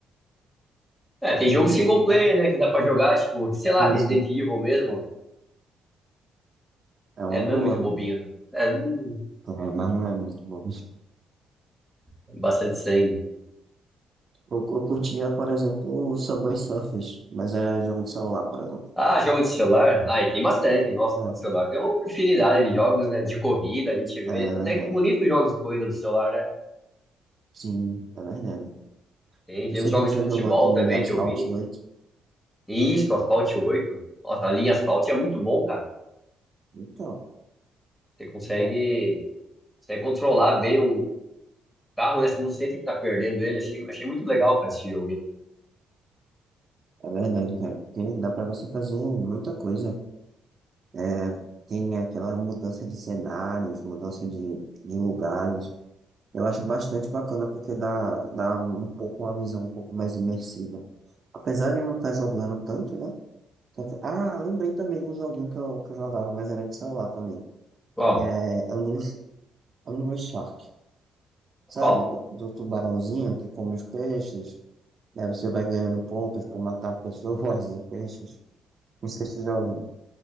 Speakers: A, in the centre; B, on the right.
A: É, tem jogo
B: Aquele,
A: single player,
B: aque-
A: né, que dá pra jogar, tipo, sei lá,
B: isso,
A: Resident Evil mesmo.
B: é
A: né?
B: uma
A: não
B: boa.
A: é muito bobinho. É, hum,
B: É, mas não é muito bom.
A: é bastante sangue.
B: Eu, eu curtia, por exemplo, o Subway Surfers, mas era jogo de celular, por exemplo.
A: Ah, jogo de celular? Ai, tem bastante, nossa,
B: É,
A: para celular. Tem uma infinidade de jogos, né? De corrida, a gente vê.
B: é
A: Tem
B: verdade.
A: Até que bonito jogos de corrida do celular, né?
B: Sim, é verdade.
A: Tem,
B: Não
A: tem
B: sei
A: os jogos
B: quem já
A: de futebol
B: jogou aquele
A: também
B: Asphalt
A: que eu vi.
B: 8.
A: Isso, Asphalt oito. Nossa, a linha Asphalt é muito bom, cara.
B: Então,
A: Você consegue,
B: bom,
A: consegue controlar bem o carro, né? Você não sente que tá perdendo ele. Achei, achei muito legal, cara, esse jogo, hein?
B: é verdade, cara. Tem, dá pra você fazer muita coisa. É, tem aquela mudança de cenários, mudança de, de lugares. Eu acho bastante bacana porque dá, dá um pouco uma visão um pouco mais imersiva. Apesar de não estar jogando tanto, né? Tanto- Ah, lembrei também de um joguinho que eu, que eu jogava, mas era de celular também,
A: Qual?
B: que é Angry, Angry Shark.
A: Qual?
B: Sabe, do, do tubarãozinho que come os peixes. Aí você vai ganhando pontos por matar pessoas e peixes. Não sei se você já ouviu.